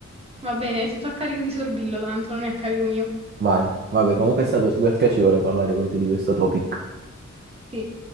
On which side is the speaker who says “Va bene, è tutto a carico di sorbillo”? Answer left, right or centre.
Right